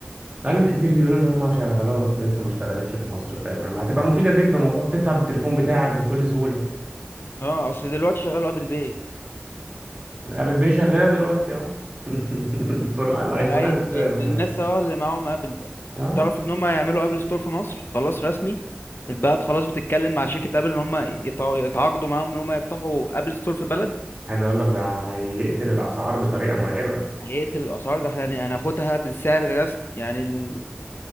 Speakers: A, on the right; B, on the left.
A: بقالهم كتير بيقولوا ان هم شغلوها بس لسه ما اشتغلتش في مصر فعلا ما هتبقى مفيدة جدا والله هتدفع بالتليفون بتاعك بكل سهولة
B: اه اصل دلوقتي شغالوا ابل باي
A: ابل باي شغاله دلوقتي اه <laughs> طول الايفونات
B: العي- ل-
A: آه، ما-
B: للناس
A: ما-
B: اه اللي معاهم ابل بقى
A: اه
B: تعرف ان هم هيعملوا ابل ستور في مصر خلاص رسمي البلد خلاص بتتكلم مع شركة ابل ان هم يتع- يتعاقدوا معاهم ان هم يفتحوا ابل ستور في البلد
A: عايز اقول لك ده هيقتل الاسعار بطريقه مرعبه
B: هيقتل الاسعار ده احنا هن- هناخدها بالسعر الرسمي يعني ال-